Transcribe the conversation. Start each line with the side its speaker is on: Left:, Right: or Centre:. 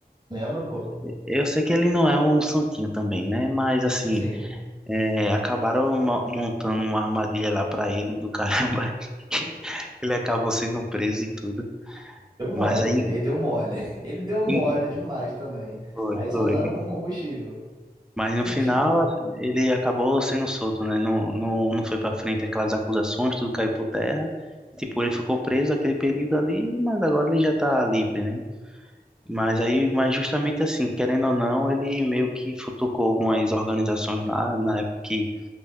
Right: Lembra, pô?
Centre: Eu sei que ele não é um santinho também, né? Mas assim.
Right: Sim.
Centre: É, acabaram mo- montando uma armadilha lá pra ele do caramba. <laughs> Ele acabou sendo preso e tudo.
Right: Deu mole.
Centre: Mas aí.
Right: Ele deu mole. <laughs> Ele deu mole
Centre: em-
Right: demais também.
Centre: Foi,
Right: Aí só
Centre: foi.
Right: usaram como combustível.
Centre: Mas no
Right: Mas,
Centre: final
Right: tipo.
Centre: assim, ele acabou sendo solto, né? Não, não, não foi pra frente aquelas acusações, tudo caiu por terra. Tipo, ele ficou preso aquele período ali, mas agora ele já tá livre, né? Mas aí, mas justamente assim, querendo ou não, ele meio que futucou algumas organizações lá na época que